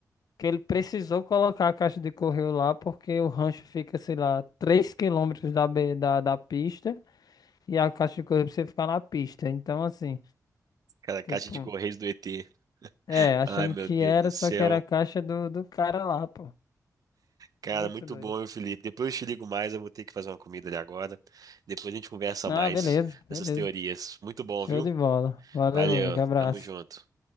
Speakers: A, on the left; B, on the right.
A: que ele precisou colocar a caixa de correio lá, porque o rancho fica, sei lá, 3 quilômetros da, be- da, da pista e a caixa de correio precisa ficar na pista. Então, assim,
B: cara, caixa
A: tipo,
B: de correios do ET.
A: é, achando
B: Ai, meu
A: que
B: Deus
A: era,
B: do céu.
A: só que era a caixa do, do cara lá, pô.
B: Cara,
A: Muito
B: muito
A: doido.
B: bom, meu Felipe. Depois eu te ligo mais, eu vou ter que fazer uma comida ali agora. Depois a gente conversa
A: Ah,
B: mais
A: beleza,
B: dessas
A: beleza.
B: teorias. Muito bom,
A: Show
B: viu?
A: de bola. Valeu,
B: Valeu,
A: meu amigo. Abraço.
B: tamo junto.